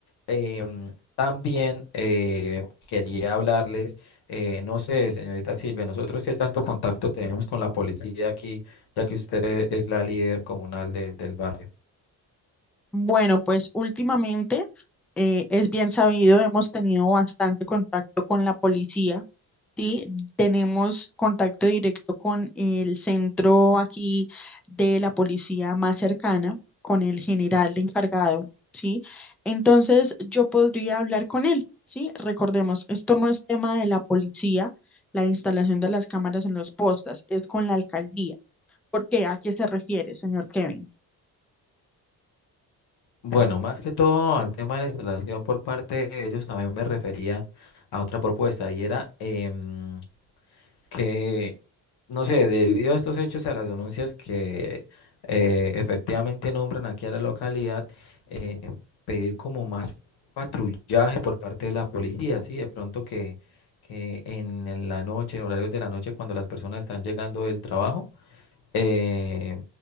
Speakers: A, on the left; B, in the centre.
A: em, también eh, quería hablarles, eh, no sé, señorita Silvia, nosotros qué tanto contacto tenemos con la policía aquí, ya que usted e- es la líder comunal de- del barrio.
B: Bueno, pues últimamente eh, es bien sabido, hemos tenido bastante contacto con la policía, ¿sí? Tenemos contacto directo con el centro aquí de la policía más cercana, con el general encargado, ¿sí? Entonces yo podría hablar con él, ¿sí? Recordemos, esto no es tema de la policía, la instalación de las cámaras en los postas, es con la alcaldía. ¿Por qué? ¿A qué se refiere, señor Kevin?
A: Bueno, más que todo al tema de la instalación por parte de ellos, también me refería a otra propuesta y era em, que, no sé, debido a estos hechos y a las denuncias que eh, efectivamente nombran aquí a la localidad, eh, pedir como más patrullaje por parte de la policía, ¿sí? De pronto que, que en, en la noche, en horarios de la noche, cuando las personas están llegando del trabajo, eh,